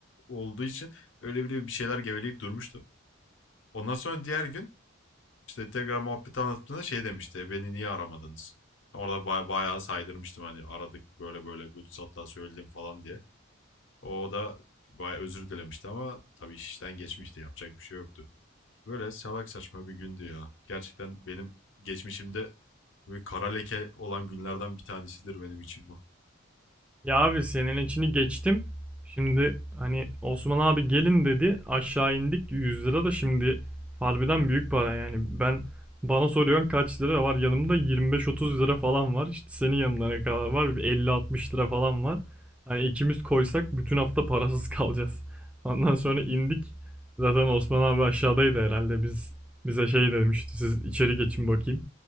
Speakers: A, on the left; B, in the centre.
A: olduğu için öyle bile bir şeyler geveleyip durmuştu. Ondan sonra diğer gün işte tekrar muhabbeti anlattığında şey demişti beni niye aramadınız? Orada baya, bayağı saydırmıştım hani aradık böyle böyle bir hatta söyledim falan diye. O da bayağı özür dilemişti ama tabii işten geçmişti yapacak bir şey yoktu. Böyle salak saçma bir gündü ya. Gerçekten benim geçmişimde böyle kara leke olan günlerden bir tanesidir benim için bu.
B: Ya abi senin içini geçtim. Şimdi hani Osman abi gelin dedi. Aşağı indik 100 lira da şimdi harbiden büyük para yani. Ben bana soruyorsun kaç lira var? Yanımda 25-30 lira falan var. İşte senin yanında ne kadar var? Bir 50-60 lira falan var. Hani ikimiz koysak bütün hafta parasız <laughs> kalacağız. Ondan sonra indik. Zaten Osman abi aşağıdaydı herhalde. Biz bize şey demişti. Siz içeri geçin bakayım.